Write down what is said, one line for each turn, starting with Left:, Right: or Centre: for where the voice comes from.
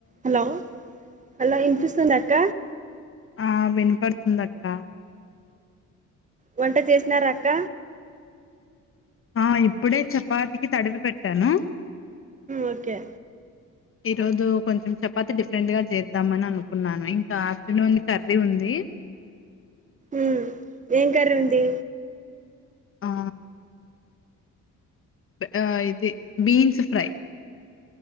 Right: Hello hello ఇన్ఫూస్ంద అక్క
Left: ఆ వినపడుతుందక్క
Right: వంట చేసినార అక్క
Left: ఆ ఇప్పుడే చపాతికి తడివి పెట్టాను
Right: ఓకే
Left: ఈ రోజు కొంచెం చపాతి డిఫరెంట్ గా చేద్దాంమని అనుకున్నాను ఇంకా ఆఫ్టర్నూన్ కర్రీ ఉంది ది
Right: ఉమ్ ఏం కర్రి ఉంది
Left: ఆ ఆ ఇది beans fry